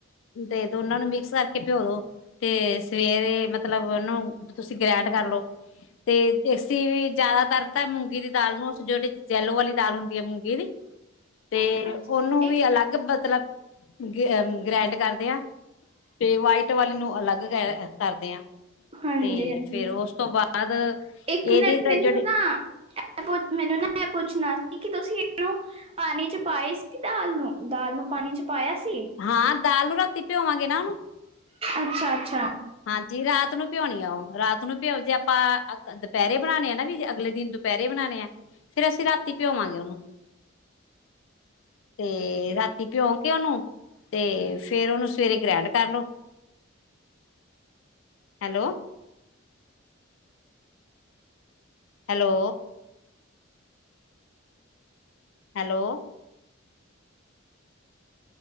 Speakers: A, on the left; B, on the right.
A: ਤੇ ਦੋਨਾਂ ਨੂੰ ਮਿਕਸ ਕਰ। ਕੇ ਭਿਜੋ ਦੋ, ਤੇ ਸੁਵੇਰੇ ਮਤਲਬ ਉਹਨੂੰ ਬਈ ਤੁਸੀ ਗਰਾਇੰਡ ਕਰ ਲਓ। ਤੇ ਇਹ ਸੀ ਵਈ ਜਿਆਦਾਤਰ ਤਾ ਮੂੰਗੀ ਦੀ ਦਾਲ ਨੂੰ ਅਸੀ, ਜਿਹੜੀ ਜੈਲੋ ਵਾਲੀ ਦਾਲ ਹੁੰਦੀ ਹੈ ਮੂੰਗੀ ਦੀ। ਤੇ
B: ਅੱਛਾ,
A: ਉਹਨੂੰ ਵੀ
B: ਇੱਕ
A: ਅਲੱਗ ਮਤਲਬ, ਗ ਉਮ ਗ੍ਰਰਾਇੰਡ ਕਰਦੇ ਆਂ, ਤੇ ਵਾਈਟ ਵਾਲੀ ਨੂੰ ਅਲੱਗ ਕਰ ਇਹ ਕਰਦੇ ਹਾਂ।
B: ਹਾਂਜੀ
A: ਤੇ
B: ਹਾਂਜੀ
A: ਫੇਰ ਉਸ ਤੋਂ ਬਾਅਦ,
B: ਇੱਕ
A: ਇਹਦੇ
B: ਮਿੰਟ
A: ਤਾ
B: ਮੈਨੂੰ
A: ਜਿਹੜੇ
B: ਨਾ ਇਹ ਕੁਛ ਮੈਨੂੰ ਨਾ ਮੈਂ ਪੁੱਛਨਾ ਸੀ ਕਿ, ਤੁਸੀ ਇਹਨੂੰ ਪਾਨੀ ਚ ਪਾਈ ਸੀ ਕਿ ਦਾਲ ਨੂੰ, ਦਾਲ ਨੂੰ ਪਾਨੀ ਚ। ਪਾਇਆ ਸੀ,
A: ਹਾਂ ਦਾਲ ਨੂੰ ਰਾਤੀ ਭਿਓਵਾਂਗੇ ਨਾ ਉਹਨੂੰ
B: ਅੱਛਾ-ਅੱਛਾ।
A: ਹਾਂਜੀ ਰਾਤ ਨੂੰ ਭਿਜੋਨੀ ਆ ਉਹ, ਰਾਤ ਨੂੰ ਭਿਜੋ ਜੇ ਆਪਾ ਅ ਕ ਦੁਪਹਿਰੇ ਬਣਾਉਨੀ ਆ ਨਾ ਵੀ ਜੇ ਅਗਲੇ ਦਿਨ ਦੁ ਦੁਪਹਿਰੇ ਬਣਾਉਨੇ ਐਂ, ਫੇਰ ਅਸੀ ਰਾਤੀ ਭਿਜੋਵਾਂਗੇ ਉਹਨੂੰ। ਤੇ ਰਾਤੀ ਭਿਉਂ ਕੇ ਉਹਨੂੰ, ਤੇ ਫੇਰ ਉਹਨੂੰ ਸੁਵੇਰੇ ਗ੍ਰੈਂਇੰਡ ਕਰ ਲਓ। <inaudible> ਹੈਲੋ। ਹੈਲੋ। ਹੈਲੋ।